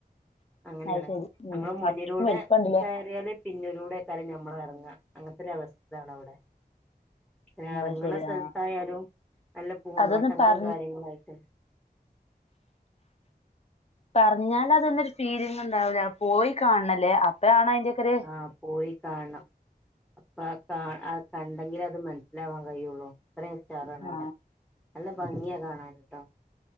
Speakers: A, in the centre; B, on the left.
A: അങ്ങനെയാണ്
B: അത് ശരി ഉം
A: നമ്മള് മുന്നിലൂടെ
B: അത്രക്കും വലിപ്പണ്ടല്ലേ
A: കയറിയാല് പിന്നിലൂടെ എക്കാരം ഞമ്മളെറങ്ങ അങ്ങനത്തെ ഒരു അവസ്ഥ ആണ് അവ്ടെ ന്നെ എറങ്ങ്ണ
B: അത് ശരി
A: സ്ഥലത്തായാലും
B: ആ
A: നല്ല പൂന്തോട്ടങ്ങളും
B: അതൊന്ന് പറ
A: കാര്യങ്ങളായി ട്ട്
B: പറഞ്ഞാല് അതൊന്നൊരു ഫീലിംഗ്ഇണ്ടാവൂല്ല പോയി കാണണം ല്ലേ അപ്പയാണ് അയിന്റെ ഒക്കെര്
A: ആഹ് പോയി കാണണം അപ്പൊ അ കാ അയ് കണ്ടെങ്കിലേ അത് മനസ്സിലാവാൻ കഴിയുള്ളൂ അത്രിം ഉഷാറാണ്
B: ആ
A: അവിടെ നല്ല ഭംഗിയാ കാണന്ട്ടോ